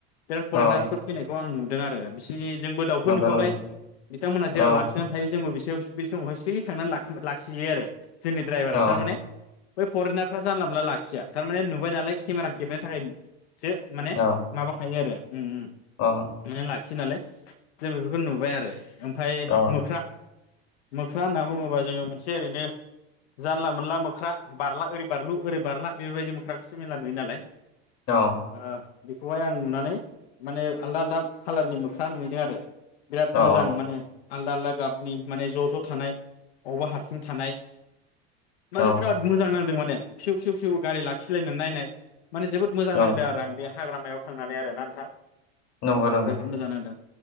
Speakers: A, on the left; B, on the left.
A: बे फरेनार्सफोर
B: अ
A: फैनायखौ आं नु आरो बिसोरनि जोंबो दाउखौ
B: नंगौ
A: नुफाबाय
B: नंगौ नोंथां
A: बिथांमोनहा जेराव
B: अ
A: लाखिनानै थायो जोंबो बिसोर बे समावहाय थै थांनानै लाखिजायो आरो जोंनि दड्राइभारा
B: अ
A: थारमाने बै फरेनारफ्रा जानला मोनला लाखिया थारमाने नुबाय नालाय केमेरा खेबनो थाखाय सो माने
B: अ
A: माबाखायो आरो उम
B: अ
A: उम नालाय जों बेफोरखौ नुबाय आरो ओमफफ्राय
B: अ
A: मोख्रा मोख्रा होनना बुङोबा जोङो मोनसे ओरैनो जानला मोनला मोख्रा बारला ओरै बारलु ओरै बारला बेबायदि मोख्राखौसो मेला नुययो नालाय
B: अ
A: ओ बेखौहाय आं नुनानै माने आलदा आलदा खाालारनि मोख्रा नुहैदों आरो बिराद
B: अ
A: मोजां माने आलदा आलदा गाबनि माने ज' ज' थानाय बबावबा हारसिं थानाय माने
B: अ
A: बिराद मोजां नांदों माने फिसौ फिसौ फिसौ गारि लाखिलायनानै नाय माने जोबोद मोजां नांदों
B: अ
A: आरो आं बे हाग्रामायाव थांनानै आरो ना नोंथां।
B: नंगौ नंगौ
A: जोबोद मोजां नांदों।